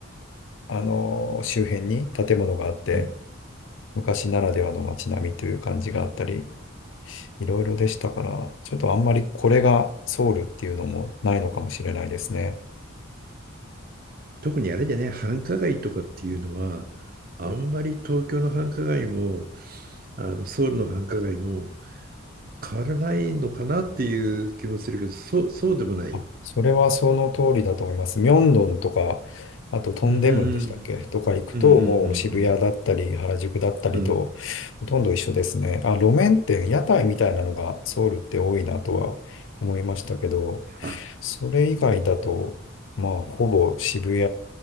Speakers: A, on the left; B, on the right.
A: あの、周辺に建物があって、
B: うん
A: 昔ならではの街並みという感じがあったり、いろいろでしたから、ちょっとあんまりこれがソウルっていうのもないのかもしれないですね。
B: 特にあれだね、繁華街とかっていうのは、あんまり東京の繁華街も、あのソウルの繁華街も変わらないのかなっていう気もするけど、そう、そうでもない。
A: あそれはその通りだと思います。ミョンドンとか、あとトンデムンでしたっけとか行くと、
B: うんうんうんうん
A: もう渋谷だったり、原宿だったりと、
B: うんうん。うん。
A: ほとんど一緒ですね。あ、路面店、屋台みたいなのがソウルって多いなとは思いましたけど、
B: あ、
A: それ以外だと、まあ、ほぼ渋谷